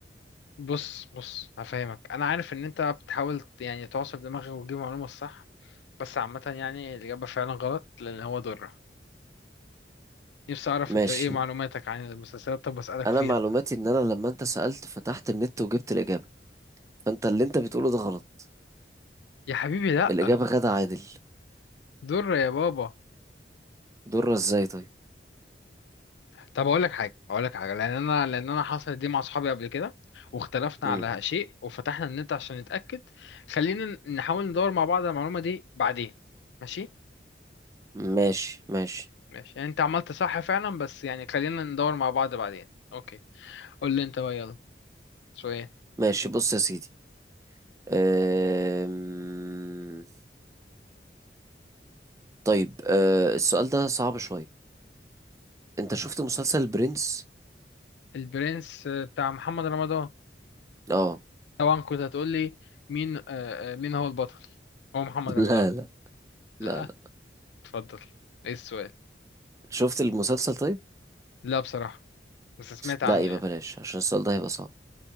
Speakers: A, on the left; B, on the right.
A: بص بص هفهمك انا عارف ان انت بتحاول ت- يعني تعصر دماغك وتجيب المعلومه الصح بس عامه يعني الاجابه فعلا غلط لان هو ضره نفسي اعرف
B: ماشي
A: انت ايه معلوماتك عن المسلسلات طب اسالك
B: انا
A: فيها
B: معلوماتي
A: طيب.
B: ان انا لما انت سألت فتحت النت وجبت الإجابة فانت اللي انت بتقوله ده غلط
A: يا حبيبي لا
B: الإجابة غادة عادل
A: ضر يا بابا
B: ضرة ازاي طيب
A: طب اقول لك حاجه اقول لك حاجه لان انا لان انا حصلت دي مع اصحابي قبل كده واختلفنا
B: مم.
A: على شيء وفتحنا النت عشان نتاكد خلينا ن- نحاول ندور مع بعض على المعلومه دي بعدين ماشي
B: ماشي ماشي
A: ماشي يعني انت عملت صح فعلا بس يعني خلينا ندور مع بعض بعدين اوكي قول لي انت بقى يلا شوية
B: ماشي بص يا سيدي أم... طيب أه السؤال ده صعب شوية انت شفت مسلسل برنس؟
A: البرنس آه، بتاع محمد رمضان
B: اه
A: طبعا كنت هتقول لي مين آه، آه، مين هو البطل هو محمد
B: <laughs>
A: رمضان
B: لا لا
A: لا
B: لا لا
A: اتفضل ايه السؤال
B: شفت المسلسل طيب؟
A: لا بصراحة بس سمعت عنه
B: لا يبقى
A: يعني
B: بلاش عشان السؤال ده هيبقى صعب